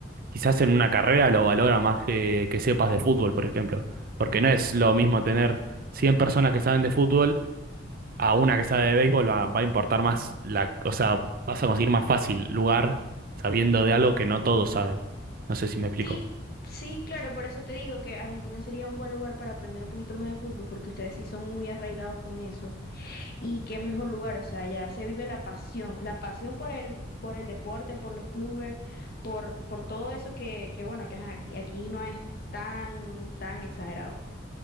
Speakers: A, on the right (about 50°); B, on the left (about 50°).
A: quizás en una carrera lo valora más que, que sepas de fútbol, por ejemplo. Porque no es lo mismo tener 100 personas que saben de fútbol a una que sabe de béisbol, va, va a importar más la, o sea, vas a conseguir más fácil lugar sabiendo de algo que no todos saben. No sé si me explico.
B: Sí, sí, claro, por eso te digo que Argentina sería un buen lugar para aprender un poquito más de fútbol, porque ustedes sí son muy arraigados con eso. Y qué mejor lugar, o sea, ya se vive la pasión, la pasión por el, por el deporte, por los clubes, por, por todo eso que, que bueno, que ajá, aquí no es tan, tan exagerado.